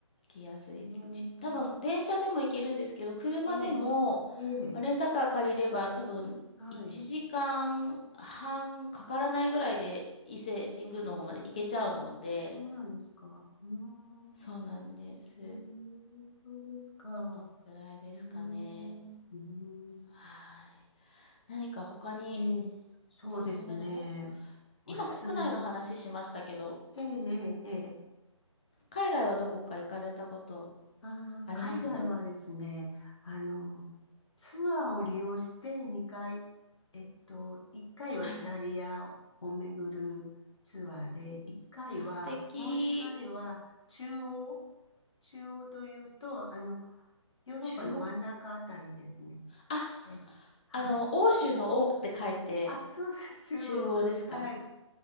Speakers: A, on the left (about 15°); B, on the left (about 60°).
A: 行きやすい。
B: ーん
A: じ多分電車でも行けるんですけど、車でも、
B: ええ、ええ、
A: まあ、レンタカー借りれば多分1時間半かからないぐらいで伊勢神宮の方まで行けちゃうので、
B: はい。あ、そうなんですか。うーん。
A: そうなんです。
B: うーん、そうですか。う
A: そのくらいですかね。
B: ーん、うーん。
A: はい。何か他に
B: えーそうですね。
A: おすすめのこ、
B: おすすめのとこ。
A: 今国内の話しましたけど、
B: ええええええ
A: 海外はどこか行かれたこと
B: あー、
A: あります
B: 海外はですね、あの、ツアーを利用して2回、えっと、1回はイタリアを巡るツアーで、
A: はい。
B: 1回は、
A: あ、素敵。
B: もう1回は中央、中央というと、あの、ヨーロッパの真ん中あたりですね。
A: 中央あ、
B: え、はい。
A: あの、欧州の欧って書いて、
B: あ、そうです、中央。
A: 中央ですか
B: はい。